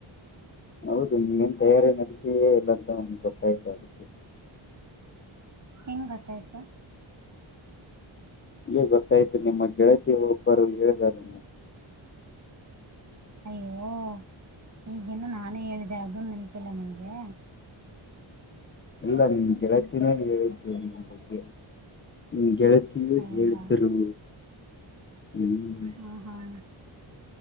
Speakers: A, on the left (about 30°); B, on the right (about 35°).
A: ಹೌದು ನೀವೇನ್ ತಯಾರಿ ನಡೆಸಿಯೇ ಇಲ್ಲ ಅಂತ ಗೊತ್ತಾಯ್ತು ಅದಕ್ಕೆ.
B: ಹೆಂಗೆ ಗೊತ್ತಾಯ್ತು.
A: ಹಂಗೆ ಗೊತ್ತಾಯ್ತು ನಿಮ್ಮ ಗೆಳತಿ ಒಬ್ಬರು ಹೇಳಿದ್ದಾರೆ.
B: ಅಯ್ಯೋ ಈಗ್ ಇನ್ನು ನಾನೇ ಹೇಳಿದೆ ಅದುನ್ನು ನೆನಪಿಲ್ಲ ನಿಂಗೆ.
A: ಇಲ್ಲ ನೀನ್ ಗೆಳತಿನೇ ಹೇಳಿದು. ನಿಮ್ಮ ಗೆಳತಿಯೂ
B: ಹೌದಾ
A: ಹೇಳಿದ್ದರು. ಹ್ಮ್
B: ಹಾಂ ಹಾಂ